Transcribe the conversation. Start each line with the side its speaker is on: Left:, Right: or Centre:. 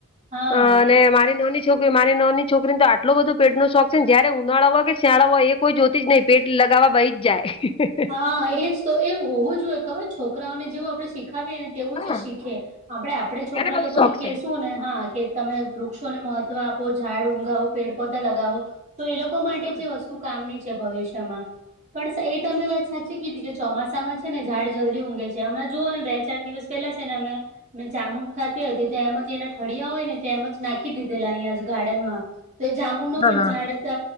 Right: હા
Left: અને મારી નાની કે મારી ના ની છોકરીને તો આટલો બધ પે નો શોખ છે, જયારે ઉનાળા કે શિયાળા હોય એ કોઈ જોતી જ નહી, પેટ લગાવવા બહી જ જાય.
Right: હા એજ તો એ હોવું જોઈએ, ખબર છોકરા ઓને જેવું આપડે શીખાવીએ ને તેવું
Left: હા
Right: છે, શીખે આપડે આપડે છોકરા
Left: એને બહુ
Right: લોકોને
Left: શોખ
Right: કશું
Left: છે.
Right: ને હા કે તમે વૃક્ષોને મહત્વ આપો ઝાડ ઊંગાવો પેડપોધા લગાવો તો એ લોકો માટે
Left: હા
Right: જે વસ્તુ કામની છે, ભવિષ્યમાં પણ એ તમે વાત સાચી કીધી કે ચોમાસામાં છે ને ઝાડ જલ્દી ઊઘે છે, હમ જુઓ ને બે ચાર દિવસ પેલા છે ને અમે મેં જામુન ખાતી હતી તો એમ જ એના ઠળિયા હોય ને તો એમ જ નાખી દીધેલા અહી ગાર્ડનમા તો જામુનનું
Left: હા
Right: પણ
Left: હા
Right: ઝડ